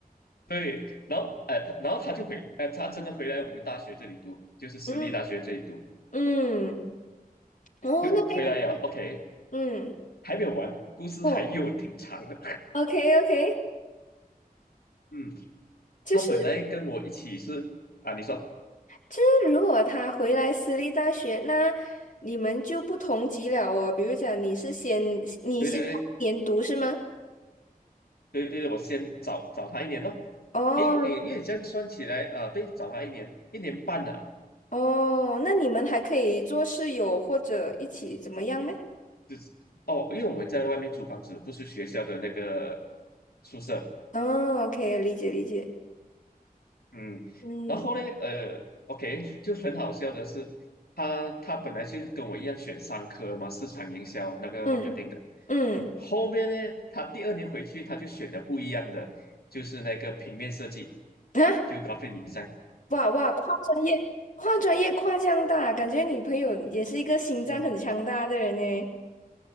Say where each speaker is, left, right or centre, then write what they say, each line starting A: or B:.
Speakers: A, on the left (about 85°); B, on the left (about 55°).
A: 对，然后呃他然后他就回呃他真的回来我们大学这里读，就是私立大学这里读，
B: 嗯嗯，哦，
A: 就回来了，OK，
B: 那还嗯
A: 还没有完，故事还有挺长的，
B: 哦，OK OK，
A: <laughs> 嗯，
B: 就是。
A: 他本来跟我一起是啊，你说
B: 就是如果他回来私立大学，那你们就不同级了哦。比如讲，你是先你先研读是吗？
A: 对对对对对，我先找找他一年咯。
B: 哦
A: 因为因为因为你这样算起来，呃，对，找他一年一年半了，
B: 哦，那你们还可以做室友或者一起怎么样呢？
A: 就是哦，因为我们在外面租房子，不是学校的那个宿舍，
B: 哦，OK，理解理解。
A: 嗯，
B: 嗯
A: 然后呢，呃，OK，就很好笑的是，他他本来是跟我一样选商科嘛，市场营销那个
B: 嗯嗯
A: marketing 的，后面呢，他第二年回去他就选了不一样的，就是那个平面设计，
B: 啊，
A: 就 graphic design，
B: <laughs> 哇哇，跨专业跨专业跨这样大，感觉你朋友也是一个心脏很强大的人呢。
A: 嗯